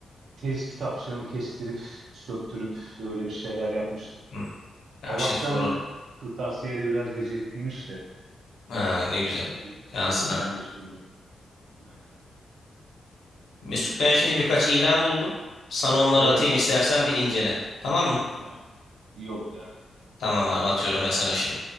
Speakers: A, on the right (about 80°); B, on the left (about 70°).
A: tez kitapçığını kestirip söktürüp öyle bir şeyler yapmıştık.
B: Hı. Ya
A: Allah'tan
B: şey zoru.
A: kırtasiyede biraz becerikliymiş de.
B: Ha, ne güzel.
A: Ya güzelce
B: Şansına.
A: yerleştirdim. Aynen.
B: Mesut ben şimdi birkaç ilan buldum. Sana onları
A: Öyle
B: atayım
A: mi?
B: istersen bir incele. Tamam mı?
A: Aynen. İyi olur yani.
B: Tamam abi
A: Öyle
B: atıyorum ben sana şimdi.